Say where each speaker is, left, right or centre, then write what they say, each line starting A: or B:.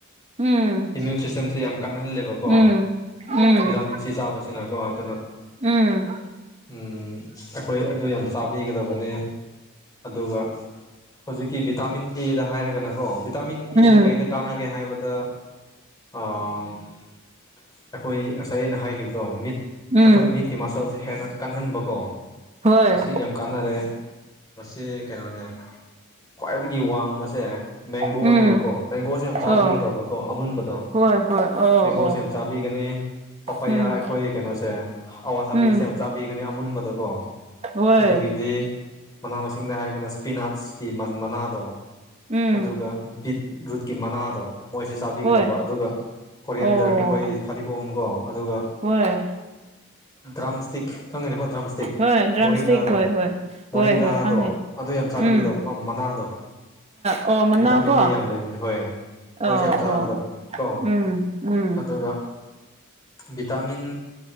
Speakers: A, on the right; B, on the left.
A: ꯎꯝ
B: ꯏꯃ꯭ꯌꯨꯟ ꯁꯤꯁꯇꯦꯝꯁꯦ ꯌꯥꯝ ꯀꯥꯟꯅꯍꯜꯂꯦꯕꯀꯣ
A: ꯎꯝ ꯎꯝ
B: ꯚꯤꯇꯥꯃꯤꯟ ꯁꯤ ꯆꯥꯕꯁꯤꯅꯀꯣ ꯑꯗꯨꯅ
A: ꯎꯝ
B: ꯑꯩꯈꯣꯏ ꯑꯗꯨ ꯌꯥꯝ ꯆꯥꯕꯤꯒꯗꯕꯅꯦ ꯑꯗꯨꯒ ꯍꯧꯖꯤꯛꯀꯤ ꯚꯤꯇꯥꯃꯤꯟ ꯑꯦꯗ ꯍꯥꯏꯔꯒꯅꯀꯣ ꯇꯥꯃꯤꯟ ꯑꯦꯁꯦ
A: ꯎꯝ
B: ꯀꯔꯤꯗ ꯀꯥꯟꯅꯒꯦ ꯍꯥꯏꯕꯗ ꯑꯩꯈꯣꯏ ꯉꯁꯥꯏ ꯑꯩꯅ ꯍꯥꯏꯈꯤꯕꯗꯣ ꯃꯤꯠ
A: ꯎꯝ
B: ꯑꯩꯈꯣꯏ ꯃꯤꯠ ꯀꯤ ꯃꯁꯜꯁꯦ ꯍꯦꯟꯅ ꯀꯟꯍꯟꯕꯀꯣ
A: ꯍꯣꯏ
B: ꯃꯁꯤꯒ ꯌꯥꯝ ꯀꯥꯟꯅꯔꯦ ꯃꯁꯤ ꯀꯩꯅꯣꯅꯦ ꯈ꯭ꯋꯥꯏꯗꯒꯤ ꯋꯥꯡꯕꯁꯦ ꯃꯦꯡꯒꯣꯅꯦꯕꯀꯣ
A: ꯎꯝ
B: ꯃꯦꯡꯒꯣꯁꯦ ꯌꯥꯝ
A: ꯑꯣ
B: ꯆꯥꯕꯤꯒꯦ ꯇꯧꯕꯀꯣ ꯑꯃꯨꯟꯕꯗꯣ
A: ꯍꯣꯏ ꯍꯣꯏ ꯑꯣ
B: ꯃꯦꯡꯒꯣꯁꯦ
A: ꯑꯣ
B: ꯌꯥꯝ ꯆꯥꯕꯤꯒꯅꯤ ꯄꯥꯄꯌꯥ
A: ꯎꯝ
B: ꯑꯩꯈꯣꯏ ꯀꯩꯅꯣꯁꯦ ꯑꯋꯥꯊꯥꯕꯤꯁꯦ
A: ꯎꯝ
B: ꯌꯥꯝ ꯆꯥꯕꯤꯒꯅꯤ ꯑꯃꯨꯟꯕꯗꯀꯣ
A: ꯍꯣꯏ
B: ꯑꯗꯨꯒꯤꯗꯤ ꯃꯅꯥ ꯃꯁꯤꯡꯗ ꯍꯥꯏꯔꯒꯅ ꯏꯁꯄꯤꯅꯥꯠꯁꯀꯤ ꯃꯅꯥꯗꯣ
A: ꯎꯝ
B: ꯑꯗꯨꯒ ꯕꯤꯠ ꯔꯨꯠꯀꯤ ꯃꯅꯥꯗꯣ ꯃꯣꯏꯁꯦ ꯆꯥꯕꯤꯒꯗꯕ
A: ꯍꯣꯏ
B: ꯑꯗꯨꯒ ꯀꯣꯔꯦꯟꯗꯔ
A: ꯑꯣ
B: ꯑꯩꯈꯣꯏ ꯐꯗꯤꯒꯣꯝꯀꯣ ꯑꯗꯨꯒ
A: ꯍꯣꯏ
B: ꯗ꯭ꯔꯝ ꯏꯁꯇꯤꯛ ꯈꯪꯒꯅꯤꯀꯣ ꯗ꯭ꯔꯝ ꯏꯁꯇꯤꯛ
A: ꯍꯣꯏ ꯗ꯭ꯔꯝ
B: ꯃꯔꯤꯡꯒꯥꯗꯣ
A: ꯏꯁꯇꯤꯛ ꯍꯣꯏ ꯍꯣꯏ ꯍꯣꯏ
B: ꯕꯣꯔꯤꯡꯒꯥꯗꯣ
A: ꯍꯣꯏ ꯈꯪꯉꯦ
B: ꯑꯗꯨ ꯌꯥꯝ ꯆꯥꯕꯤꯒꯗꯕ
A: ꯎꯝ
B: ꯃꯅꯥꯗꯣ
A: ꯑꯣ ꯃꯅꯥ
B: ꯚꯤꯇꯥꯃꯤꯟ
A: ꯀꯣ
B: ꯑꯦ ꯌꯥꯝ ꯂꯩꯕꯅꯦ ꯍꯣꯏ
A: ꯑꯣ
B: ꯃꯣꯏꯁꯦ ꯌꯥꯝ ꯆꯥꯒꯗꯕꯅꯦ
A: ꯑꯣ
B: ꯀꯣ
A: ꯎꯝ ꯎꯝ
B: ꯑꯗꯨꯒ ꯚꯤꯇꯥꯃꯤꯟ